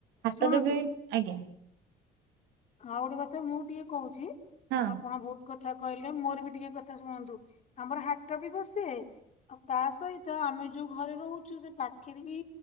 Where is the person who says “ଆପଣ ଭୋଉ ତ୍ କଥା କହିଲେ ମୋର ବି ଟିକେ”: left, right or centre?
Left